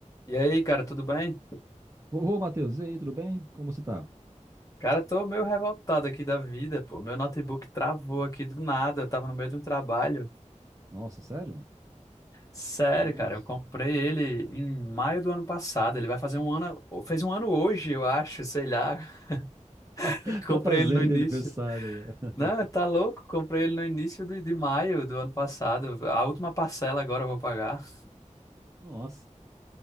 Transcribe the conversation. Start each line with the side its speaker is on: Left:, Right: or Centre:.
Left: E aí, cara, tudo bem?
Right: Ô, Matheus, e aí, tudo bem? Como você tá?
Left: Cara, tô meio revoltado aqui da vida, pô. Meu notebook travou aqui do nada, eu tava no meio de um trabalho.
Right: Nossa, sério?
Left: Sério,
Right: Nossa.
Left: cara, eu comprei ele em maio do ano passado. Ele vai fazer um ano, fez um ano hoje, eu acho, sei lá. <laughs>
Right: <laughs>
Left: Comprei
Right: É o presente
Left: ele no início.
Right: de aniversário. aí,
Left: Não,
Right: ó. <laughs>
Left: tá louco? Comprei ele no início de, de maio do ano passado. A última parcela agora eu vou pagar.
Right: Nossa,